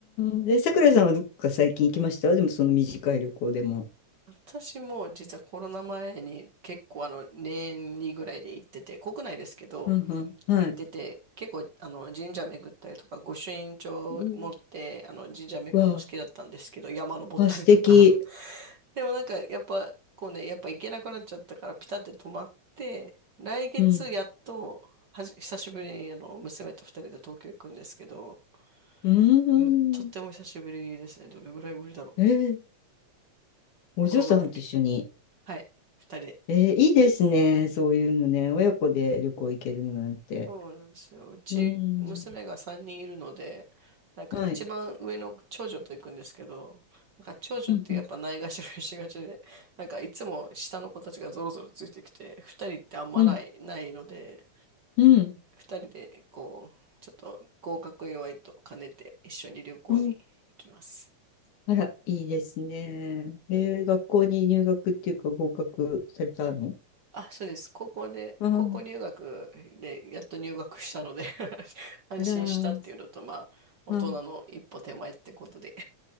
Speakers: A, on the left; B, on the right.
A: ん。で、さくらさんはどこか最近行きましたでもその短い旅行でも。
B: 私も実はコロナ前に結構あの年にぐらいで行ってて、国内ですけど
A: うんうん。はい。
B: 行ってて、結構あの神社巡ったりとか、御朱印帳持ってあの神社巡るの好きだったんですけど、
A: うんわ
B: 山登ったりとか。
A: あ、あ、素敵。
B: <laughs> でもなんかやっぱこうね、やっぱ行けなくなっちゃったからピタって止まって、来月やっとはじ久しぶりにあの娘と二人で東京行くんですけど、
A: うん。うー
B: むとっても久しぶりですね。
A: ん。
B: どれぐらいぶりだろう。
A: えーお嬢さんと一緒に
B: コロナぶり。はい、二人で。
A: えーいいですね。そういうのね。親子で旅行行けるのなんて。
B: そうなんですよ。うち、
A: うん。
B: 娘が3人いるので、なんか一番上の長女と行くんですけど、
A: はい。
B: なんか長女ってやっぱないがしろにしがちで、
A: うん。
B: なんかいつも下の子たちがゾロゾロついてきて、二人ってあんまない、
A: うん。
B: ないので、
A: うん
B: 二人でこう、ちょっと合格祝いと兼ねて一緒に旅行に行きます。
A: うんあら、いいですね。えー学校に入学っていうか合格されたの
B: あ、そうです。高校で、
A: あー
B: 高校入学でやっと入学したので <laughs> 安心したっていうのと、
A: あらー、
B: まあ、大人の一歩手前ってことで
A: あー、